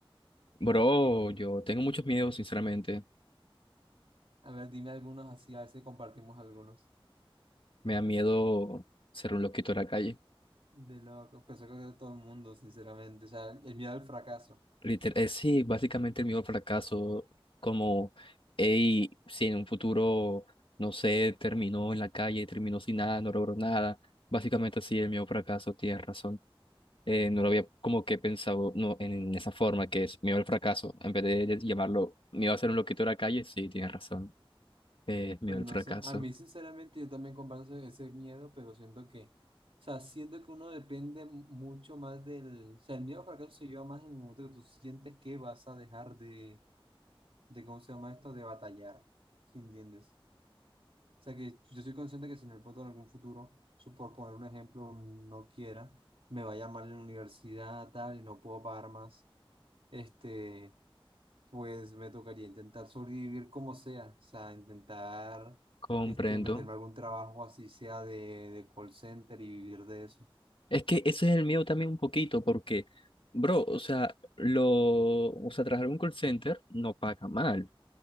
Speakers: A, on the left; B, on the right.
A: Bro, yo tengo muchos miedos, sinceramente.
B: A ver, dime algunos así, a ver si compartimos algunos.
A: Me da miedo ser un loquito de la calle.
B: De loco, pues yo creo que todo el mundo, sinceramente, o sea, el miedo al fracaso,
A: Liter- eh, sí, básicamente el miedo al fracaso, como, hey, si en un futuro, no sé, terminó en la calle, terminó sin nada, no logró nada, básicamente sí, el miedo al fracaso, tienes razón. Eh, no lo había como que pensado no, en esa forma que es miedo al fracaso, en vez de, de llamarlo miedo a ser un loquito de la calle, sí, tienes razón, eh, miedo
B: pues
A: al
B: no
A: fracaso,
B: sé, a mí sinceramente yo también comparto ese, ese miedo, pero siento que, o sea, siento que uno depende mu- mucho más del, o sea, el miedo al fracaso se lleva más en el momento que tú sientes que vas a dejar de, de ¿cómo se llama esto?, de batallar, ¿sí entiendes? O sea, que yo soy consciente que si en el punto en algún futuro, su- por poner un ejemplo, no quiera, me vaya mal en la universidad, tal, y no puedo pagar más, este Pues me tocaría intentar sobrevivir como sea, o sea, intentar
A: comprendo.
B: este, meterme a algún trabajo así sea de, de call center y vivir de eso.
A: Es que ese es el miedo también un poquito, porque, bro, o sea, lo, o sea, trabajar en un call center no paga mal